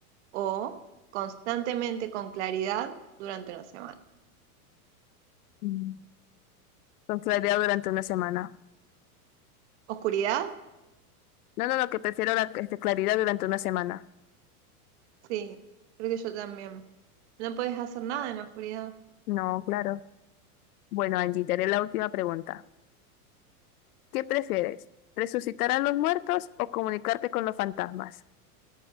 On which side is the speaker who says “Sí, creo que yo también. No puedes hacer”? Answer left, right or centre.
Right